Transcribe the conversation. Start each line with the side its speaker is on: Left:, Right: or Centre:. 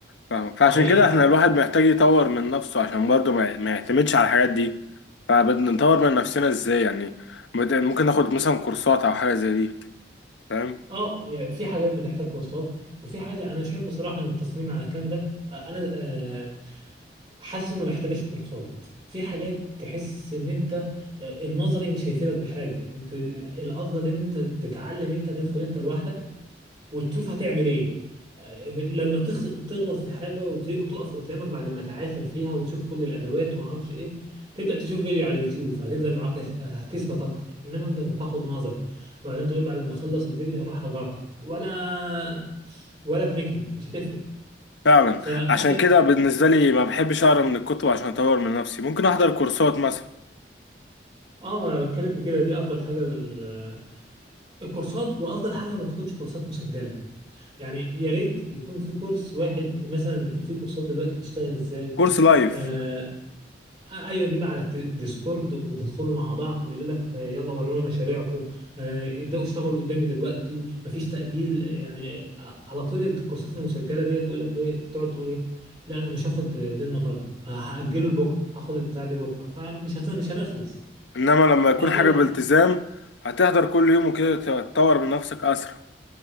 Left: فاهم فعشان
Right: فهي
Left: كده احنا الواحد محتاج يطور من نفسه عشان برضه ما ما يعتمدش على الحاجات دي فبدنا نطور من نفسنا ازاي يعني بد- ممكن ناخد مثلا كورسات او حاجة زي دي فاهم
Right: اه يعني في حاجات بتحتاج كورسات وفي حاجات يعني انا شايف بصراحه ان التصميم على كانفا آه، انا آه، حاسس انه محتاج الكورسات في حاجات تحس ان انت آه، النظري مش هيفيدك بحاجه انت الافضل ان انت تتعلم انت تدخل انت لوحدك وتشوف هتعمل ايه آه، لما تخ- تغلط في حاجه وت- وتقف قدامك بعد ما تعافر فيها وتشوف كل الادوات وما اعرفش ايه تبدا تشوف فيديو على اليوتيوب فهتفضل معاك هتثبت اكتر انما انت تاخد نظري وبعدين تقول بعد ما اخلص الفيديو هروح اجرب ولا ولا بنكله مش هتفرق
Left: فعلا
Right: فانا
Left: عشان كده بالنسبة لي ما بحبش اقرا من الكتب عشان اطور من نفسي ممكن احضر كورسات مثلا
Right: اه ما انا بتكلم في كده دي افضل حاجه ال- الكورسات وافضل حاجه ما تكونش كورسات مسجله يعني يا ريت يكون في كورس واحد مثلا في كورسات دلوقتي بتشتغل ازاي
Left: كورس لايف
Right: آه ايوه بيبقى على الت- الديسكورد وتدخلوا مع بعض يقول لك آه، يلا ورونا مشاريعكم آه ابداوا اشتغلوا قدامي دلوقتي مفيش تاجيل آه، يعني آه، على طول الكورسات المسجله ديت تقول لك ايه تقعد تقول ايه لا انا مش هاخد دي النهارده هاجله لبكره هاخد البتاع دي بكره فمش هت- مش هنخلص
Left: انما لما
Right: فافضل
Left: يكون حاجة بالتزام هتحضر كل يوم وكده تطور من نفسك اسرع